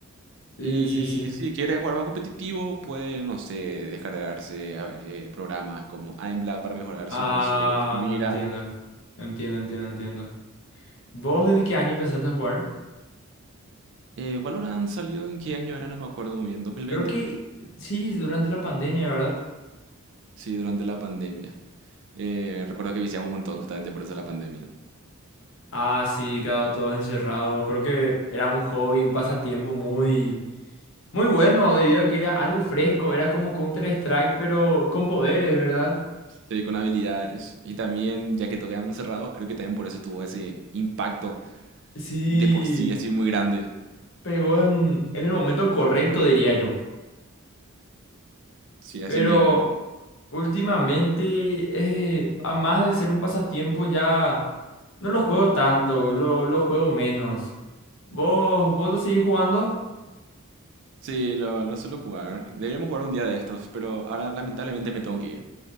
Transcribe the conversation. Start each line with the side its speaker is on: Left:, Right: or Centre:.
Left: Sí,
Right: Y
Left: sí, sí.
Right: si quieres jugar más competitivo, puede, no sé, descargarse a ver, eh, programas como aimbla para mejorar
Left: Ah,
Right: su, su, su mira.
Left: entiendo. Entiendo, entiendo, entiendo. ¿Vos desde qué año empezaste a jugar?
Right: Eh, Valorant salió en qué año era, no me acuerdo muy bien, 2020.
Left: Creo que sí, durante la pandemia, ¿verdad?
Right: Sí, durante la pandemia. Eh, recuerdo que viciamos un montón justamente por eso la pandemia.
Left: Ah, sí, claro, todos encerrados. Creo que era un hobby, un pasatiempo muy, muy bueno, debido a que era algo fresco, era como Counter-Strike, pero con poderes, ¿verdad?
Right: Sí, con habilidades. Y también, ya que tocaban encerrados, creo que también por eso tuvo ese impacto
Left: Sí,
Right: de por sí, así muy grande.
Left: pegó en, en el momento correcto, diría yo.
Right: Sí, así
Left: Pero
Right: mismo.
Left: Últimamente, eh, a más de ser un pasatiempo, ya no lo juego tanto, lo, lo juego menos. ¿Vos, vos lo seguís jugando?
Right: Sí, lo, lo suelo jugar. Deberíamos jugar un día de estos, pero ahora lamentablemente me tengo que ir.